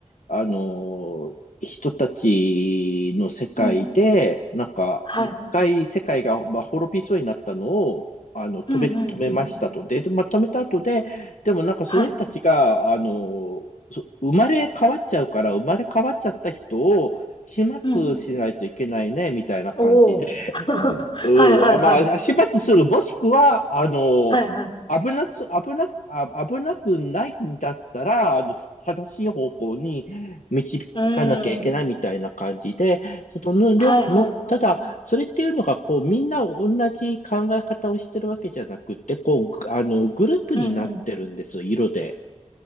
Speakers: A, on the left (about 80°); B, on the left (about 45°).
A: あのー、人たちの世界で、
B: うんうん。
A: なんか、
B: はい。
A: 一回世界が、まあ、滅びそうになったのを、あの、止め、
B: うんうんうん。
A: 止めましたと。で、まあ、止めた後で、でもなんかその人たちが、
B: はい。
A: あのー、そ生まれ変わっちゃうから、生まれ変わっちゃった人を、始末しないといけないね、
B: うん。
A: みたいな感じで。
B: おお。<laughs>
A: うん、
B: はいはいはい。
A: まあ、始末する、もしくは、あの、
B: はいはい。
A: 危なす、危なく、あ、危なくないんだったら、あの、正しい方向に導かなきゃいけないみたいな感じで、
B: うん。うーん。
A: その、りょの、
B: はいはいはい。
A: ただ、それっていうのが、こう、みんな同じ考え方をしてるわけじゃなくて、こう、ぐあの、グループになってるんですよ、
B: うんうん。
A: 色で。